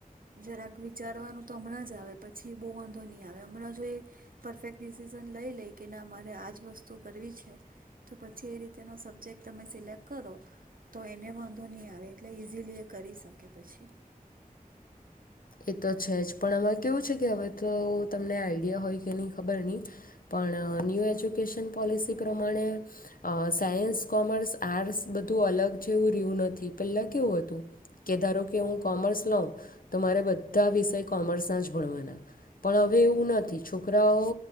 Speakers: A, on the right; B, on the left.
A: જરાક વિચારવાનું તો હમણાં જ આવે. પછી બહુ વાંધો ની આવે હમણાં જો એ પરફેક્ટ ડિસિઝન લઈ લે કે ના મારે આજ વસ્તુ કરવી છે, તો પછી એ રીતેનો સબ્જેક્ટ તમે સિલેક્ટ કરો તો એને વાંધો નહી આવે એટલે ઈઝીલી એ કરી શકે પછી.
B: એ તો છે જ પણ એમાં કેવું છે કે હવે તો તમને આઈડિયા હોય કે ન ની ખબર નહીં પણ ન્યૂ એજ્યુકેશન પોલિસી પ્રમાણે સાયન્સ, કોમર્સ, આર્ટસ બધું અલગ જેવું રહ્યું નથી. પહેલા કેવું હતું કે ધારો કે હું કોમર્સ લઉં તો મારે બધા વિષય કોમર્સના જ ભણવાના, પણ હવે એવું નથી છોકરાઓ